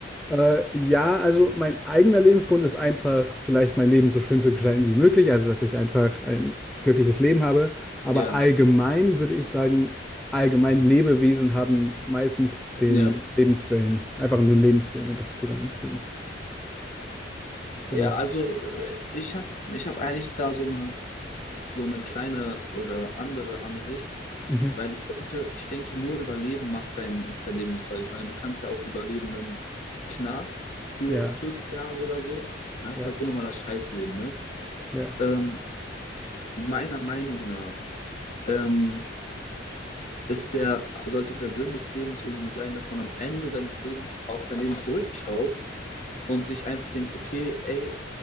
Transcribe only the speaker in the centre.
Äh, ja, also mein eigener Lebensgrund ist einfach, vielleicht mein Leben so schön zu gestalten wie möglich, also dass ich einfach ein glückliches Leben habe. Aber
allgemein würde ich sagen, allgemein Lebewesen haben meistens den
Lebenswillen, einfach nur einen Lebenswillen und das ist deren Sinn. Genau.
Mhm.
Ja,
ja,
ja,